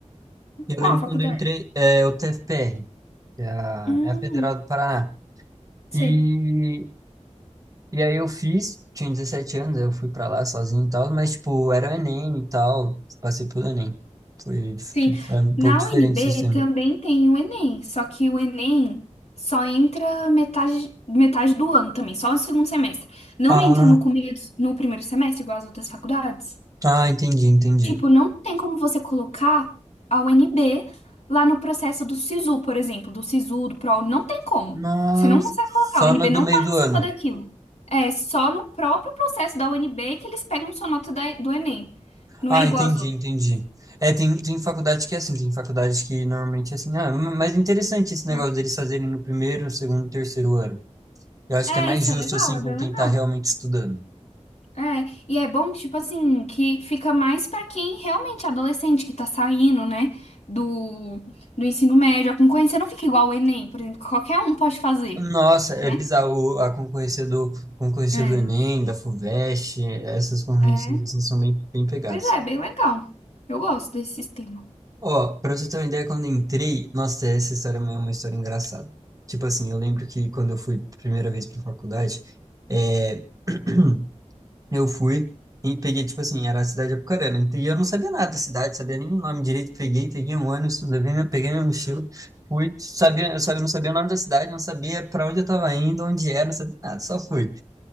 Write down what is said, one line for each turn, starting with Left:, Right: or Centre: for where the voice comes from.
Right: Eu
Left: Qual
Right: lembro quando
Left: faculdade?
Right: eu entrei, é, o TFPR. que é a,
Left: Hum,
Right: é a Federal do Paraná.
Left: sei.
Right: E, e aí eu fiz, tinha 17 anos, eu fui pra lá sozinho e tal, mas, tipo, era o Enem e tal, passei pelo Enem. Foi, tipo,
Left: Sim,
Right: é um
Left: na
Right: pouco diferente
Left: UNB
Right: o sistema.
Left: também tem o Enem, só que o Enem só entra metade, metade do ano também, só no segundo semestre. Não
Right: Ah,
Left: entra no começo, no primeiro semestre, igual as outras faculdades.
Right: ah, entendi, entendi.
Left: Tipo, não tem como você colocar a UNB lá no processo do SISU, por exemplo, do SISU, do PROAUNI, não tem como.
Right: Nossa,
Left: Você não consegue
Right: só
Left: colocar, a UNB
Right: no
Left: não
Right: do meio
Left: participa
Right: do ano.
Left: daquilo. É só no próprio processo da UNB que eles pegam sua nota da- do Enem. Não
Right: Ah,
Left: é igual
Right: entendi,
Left: às outras.
Right: entendi. É, tem, tem faculdade que é assim, tem faculdade que normalmente é assim. Ah, m- mas interessante esse negócio
Left: É.
Right: deles fazerem no primeiro, segundo, terceiro ano. Eu acho
Left: É,
Right: que é mais
Left: isso
Right: justo,
Left: é legal,
Right: assim,
Left: é
Right: com
Left: bem legal.
Right: quem tá realmente estudando.
Left: É, e é bom, tipo assim, que fica mais pra quem realmente é adolescente, que tá saindo, né, do, do ensino médio. A concorrência não fica igual o Enem, por exemplo, que qualquer um pode fazer,
Right: Nossa, é
Left: né?
Right: bizarro a concorrência do, concorrência
Left: É,
Right: do Enem, da FUVEST, essas concorrências
Left: é.
Right: assim, são bem, bem pegadas.
Left: Pois é, bem legal. Eu gosto desse sistema.
Right: Ó, pra você ter uma ideia, quando eu entrei, nossa, essa história é uma história engraçada. Tipo assim, eu lembro que quando eu fui primeira vez pra faculdade, é, <clears throat> eu fui e peguei, tipo assim, era a cidade de Apucarana, e eu não sabia nada da cidade, sabia nem o nome direito, peguei, peguei um ônibus, levei, minha- peguei minha mochila, fui, sabia, eu sabia, não sabia o nome da cidade, não sabia pra onde eu tava indo, onde era, não sabia nada, só fui.